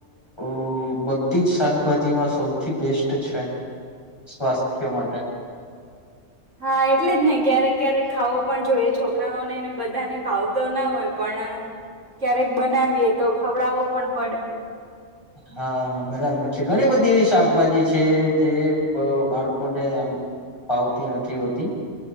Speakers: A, on the left; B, on the right.
A: અ બધી સાક ભાજીમા સૌથી બેસ્ટ છે, સ્વાસ્થ્ય માટે
B: હા, એટલે જ નય ક્યારેક ક્યારેક, ખાવો પણ જોઈએ, છોકરાઓને ને બધાને ભાવ તો ના હોય, પણ ક્યારેક બનાવીએ, તો ખવડાવો પણ પડે
A: હા, બરાબર છે. ઘણી, બધી એવી શાકભાજી છે, જે બ બાળકો ને આમ ફાવતી નથી, હોતી